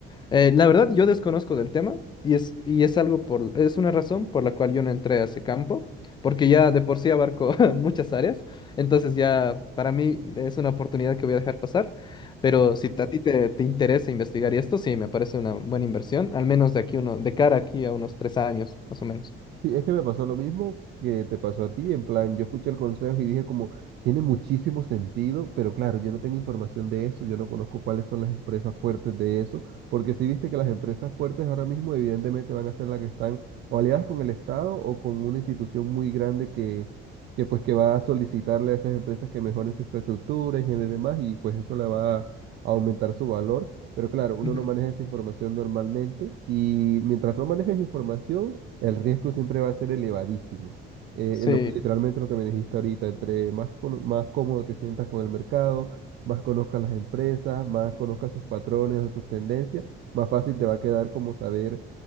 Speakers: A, on the left; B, on the right.
A: Eh, la verdad, yo desconozco del tema y es, y es algo por, es una razón por la cual yo no entré a ese campo, porque ya de por sí abarco <laughs> muchas áreas, entonces ya para mí es una oportunidad que voy a dejar pasar, pero si a ti te, te interesa investigar y esto, sí, me parece una buena inversión, al menos de aquí uno, de cara aquí a unos tres años, más o menos.
B: Sí, es que me pasó lo mismo que te pasó a ti, en plan, yo escuché el consejo y dije como, tiene muchísimo sentido, pero claro, yo no tengo información de eso, yo no conozco cuáles son las empresas fuertes de eso, porque si viste que las empresas fuertes ahora mismo evidentemente van a ser las que están o aliadas con el Estado o con una institución muy grande que, que pues que va a solicitarle a esas empresas que mejoren su infraestructura, ingeniería y demás, y pues eso le va a aumentar su valor. Pero claro, uno
A: Ujú.
B: no maneja esa información normalmente y mientras no manejes información, el riesgo siempre va a ser elevadísimo. Eh,
A: Sí,
B: lo, literalmente lo que me dijiste ahorita, entre más, cono- más cómodo te sientas con el mercado, más conozcas las empresas, más conozcas sus patrones o sus tendencias, más fácil te va a quedar como saber